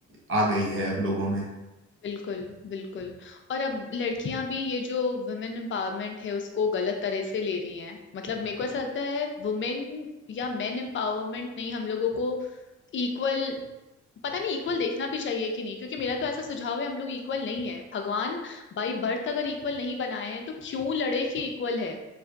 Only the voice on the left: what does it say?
बिल्कुल बिल्कुल और अब लड़कियां भी ये जो वुमेन एम्पावरमेंट है उसको गलत तरह से ले रही हैं मतलब मेरे को ऐसा लगता है वुमेन या मेन एम्पावरमेंट नहीं हम लोगों को इक्वल पता नहीं इक्वल देखना भी चाहिए कि नहीं क्योंकि मेरा तो ऐसा सुझाव है हम लोग इक्वल नहीं है भगवान बाई बर्थ अगर इक्वल नहीं बनाए हैं तो क्यों लड़े कि इक्वल है